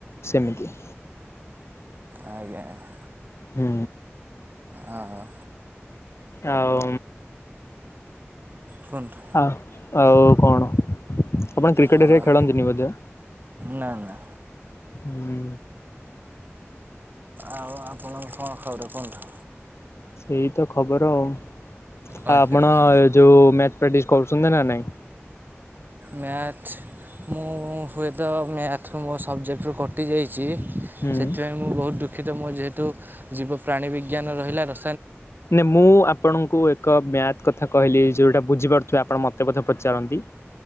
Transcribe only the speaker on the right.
ଆଜ୍ଞା ଆଜ୍ଞା।
ଅ ହ।
କୁହନ୍ତୁ
ଆଉ
ନା ନା
ଆଉ ଆପଣଙ୍କ କଣ ଖବର କୁହନ୍ତୁ।
ଆଚ୍ଛା
ଆଚ୍ଛା।
ମ୍ୟାଥ ମୁଁ ହୁଏତ ମ୍ୟାଥ ମୋ ସବଜେକ୍ଟରୁ କଟି ଯାଇ ଛି
ସେଥିପାଇଁ ମୁଁ ବହୁତ ଦୁଃଖିତ ମୋ ଯେହେତୁ ଜୀବ ପ୍ରାଣୀ ବିଜ୍ଞାନ ରହିଲା ର